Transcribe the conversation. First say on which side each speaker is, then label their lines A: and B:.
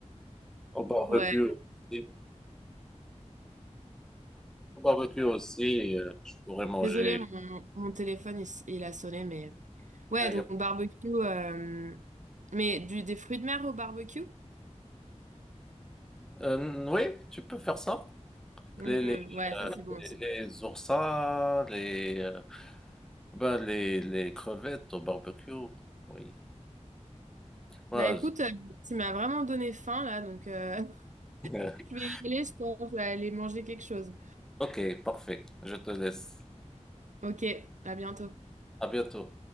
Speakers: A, in the centre; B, on the right.
A: Au barbecue
B: ouais.
A: aussi. Au barbecue aussi, euh, je pourrais manger.
B: Désolée, mon, mon téléphone, il, s- il a sonné, mais ouais,
A: Euh, il
B: donc
A: y a-
B: barbecue, euh, mais du, des fruits de mer au barbecue?
A: Euh, oui, tu peux faire ça.
B: Mhm,
A: Les, les,
B: ouais, ça
A: euh,
B: c'est bon aussi.
A: les, les oursins, les, euh, ben, les, les crevettes au barbecue. Oui. Voilà,
B: Bah écoute,
A: je-
B: euh, tu m'as vraiment donné faim là, donc euh,
A: <laughs>
B: Je vais y aller, je pense, je vais aller manger quelque chose.
A: Ok, parfait. Je te laisse.
B: Ok, à bientôt.
A: À bientôt.